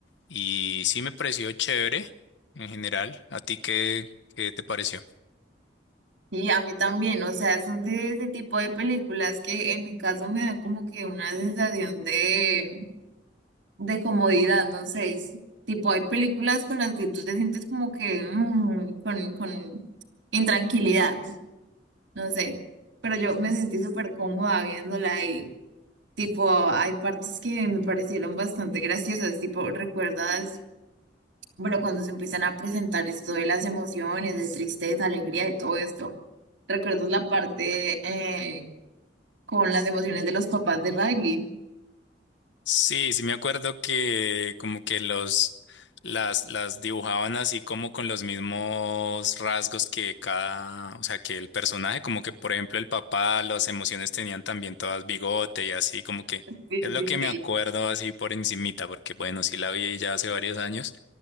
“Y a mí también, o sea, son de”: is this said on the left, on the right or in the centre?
Right